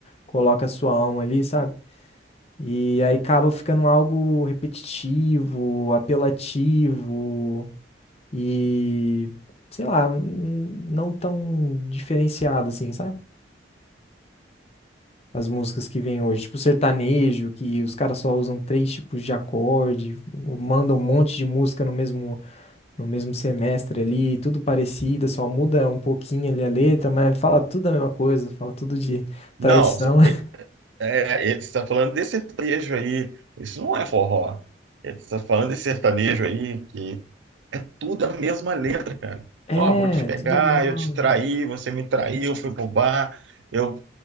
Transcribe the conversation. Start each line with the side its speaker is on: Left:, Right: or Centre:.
Left: coloca a sua alma ali, sabe? E aí acaba ficando algo repetitivo, apelativo e, sei lá, n- não tão diferenciado assim, sabe? As músicas que vêm hoje, tipo sertanejo, que os caras só usam três tipos de acorde, mandam um monte de música no mesmo no mesmo semestre ali, tudo parecido, só muda um pouquinho ali a letra, mas fala tudo a mesma coisa, fala tudo de
Right: Não,
Left: traição. <laughs>
Right: É, ele está falando desse sertanejo aí. Isso não é forró. Ele está falando desse sertanejo aí, que tudo é a mesma letra, cara.
Left: É,
Right: Ó, vou te pegar,
Left: tudo igual.
Right: eu te traí, você me traiu, eu fui pro bar, eu,